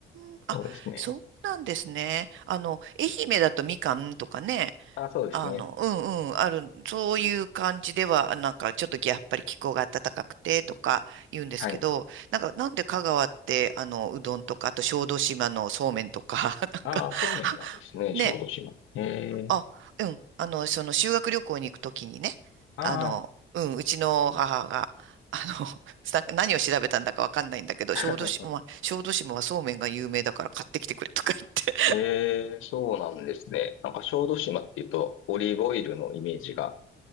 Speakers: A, on the right; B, on the left.
A: ん。あ、
B: そうですね。
A: そうなんですね。あの、愛媛だとみかんとかね、
B: あ、そうですね。
A: あの、うんうん、ある、そういう感じでは、なんかちょっとやっぱり気候が暖かくてとか言うんですけど、
B: はい。
A: なんかなんで香川って、あの、うどんとか、あと小豆島のそうめんとか、<laughs> なんか、
B: ああ、そうめんなんですね、
A: ね、
B: 小豆島。え
A: あ、
B: え
A: うん、あの、その修学旅行に行くときにね、
B: あ
A: あの、うん、うちの母が、あの、<laughs> さ何を調べたんだかわかんないんだけど、
B: あ、
A: 小豆島、小豆島はそうめんが有名だから買ってきてくれとか言って
B: <laughs> ええそうなんですね。なんか小豆島っていうと、オリーブオイルのイメージが